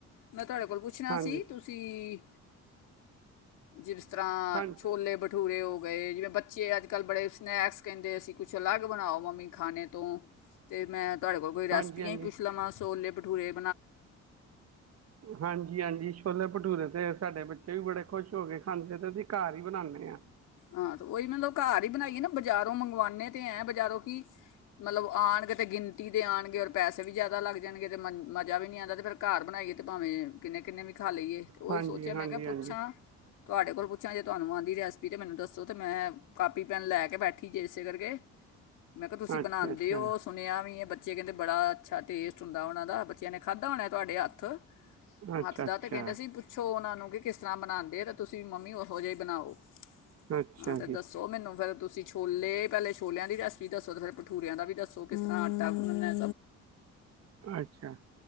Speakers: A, on the left; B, on the right.
A: ਮੈਂ ਤੁਹਾਡੇ ਕੋਲ ਪੁੱਛਣਾ
B: ਹਾਂਜੀ
A: ਸੀ ਤੁਸੀਂ ਜੀ ਤਰ੍ਹਾਂ
B: ਹਾਂਜੀ
A: ਛੋਲੇ ਭਠੂਰੇ ਹੋ ਗਏ, ਜਿਵੇਂ ਬੱਚੇ ਅੱਜ ਕੱਲ ਬੜੇ ਸਨੈਕਸ ਕਹਿੰਦੇ ਅਸੀਂ ਕੁਛ ਅਲੱਗ ਬਣਾਓ ਮੰਮੀ ਖਾਣੇ ਤੋਂ ਅਤੇ ਮੈਂ ਤੁਹਾਡੇ ਕੋਲ ਕੋ ਰੈਸਪੀਆਂ
B: ਹਾਂਜੀ ਹਾਂਜੀ
A: ਹੀ ਪੁੱਛ ਲਵਾਂ ਸੋਲੇ ਤੇ ਠੂਰੇ
B: ਹਾਂਜੀ ਹਾਂਜੀ ਛੋਲੇ ਭਟੂਰੇ ਤੇ ਸਾਡੇੇ ਬੱਚੇ ਵੀ ਬੜੇ ਖੁਸ਼ ਹੋ ਕੇ ਖਾਂਦੇ ਤੇ ਅਸੀਂ ਘਰ ਹੀ ਬਣਾਉਂਦੇ ਹਾਂ।
A: ਹਾਂ ਤੇ ਉਹੀ ਮਤਲਬ ਘਰ ਹੀ ਬਣਾਈਏ ਨਾ ਬਜ਼ਾਰੋਂ ਮੰਗਵਾਉੇ ਤੇ ਐਂ ਬਜ਼ਾਰੋਂ ਕਿ ਮਤਲਬ ਆਉਣਗੇ ਤੇ ਗਿਣਤੀ ਦੇ ਆਉਣਗੇ ਔਰ ਪੈਸੇ ਵੀ ਜ਼ਿਆਦਾ ਲੱਗ ਜਾਣਗੇ ਤੇ ਮਨ ਮਜਜ਼ਾ ਵੀ ਨਹੀਂ ਆਉਂਦਾ ਤੇ ਫੇਿਰ ਘਰ ਬਣਾਈਏ ਤੇ ਭਾਵੇਂ ਕਿੰਨੇ ਕਿੰਨੇ ਵੀ ਤਿੱਖਾ ਲਈਏ ਤੇ
B: ਹਾਂਜੀ
A: ਹੀ ਸੋਚਿਆ ਮੈਂ
B: ਹਾਂਜੀ
A: ਕਿਹਾ
B: ਹਾਂਜੀ
A: ਪੁੱਛਾਂ ਤੁਹਾਡੇ ਕੋਲ ਪੁੱਛਾਂ ਜੇ ਤੁਹਾਨੂੰ ਰਸ ਤੇ ਮੈਨੂੰ ਦੱਸੋ ਤੇ ਮੈਂ, ਕਾਪੀ ਪੈਨ ਲੈ ਕੇ ਬੈਠੀ, ਜੇ ਇਸੇ ਕਰਕੇ ਮੈਂ ਕਿਆ, ਤੁਸੀਂ ਬਨਾਂਦੇਓ
B: ਅੱਛਾ ਅੱਛਾ
A: ਸੁਨਿਆ ਵੀ ਬੱਚੇ ਕੇੰਦੇ, ਬੜਾ ਅੱਛਾ ਟੇਸਟ ਹੁੰਦਾ ਹੋ ਨਾ ਬੱਚਿਆਂ ਨੇ ਖਾਧਾ ਹੋਣਾ ਤੁਹਾਡੇ ਹੱਥ,
B: ਅੱਛਾ
A: ਹੱਥ ਦਾ
B: ਅੱਛਾ
A: ਤਾਂ ਕਹਿੰਦੇ ਸੀ, ਪੁੱਛੋ ਉਹਨਾ ਨੂੰ ਕਿ, ਕਿਸ ਤਰ੍ਹਾਂ ਬਨਾੰਦੇ ਆ ਤੇ ਤੁਸੀਂ ਮੰਮੀ ਉਹੋ ਜਿਹੀ ਬਨਾਓ। ਹਾਂ,
B: ਅੱਛਾ
A: ਤੇ
B: ਜੀ
A: ਦੱਸੋ ਮੈਨੂੰ ਫੇਰ ਤੁਸੀਂ ਛੋਲੇ, ਪਹਿਲੇ ਛੋਲਿਆਂ ਦੀ ਰੈਸਪੀ ਦੱਸੋ, ਫਿਰ ਭਠੂੂਰਿਆਂ ਦਾ ਵੀ ਦੱਸੋ ਕਿਸ ਤਰ੍ਹਾਂ ਆਟਾ ਗੁੰਨਣਾ
B: ਅੱਛਾ,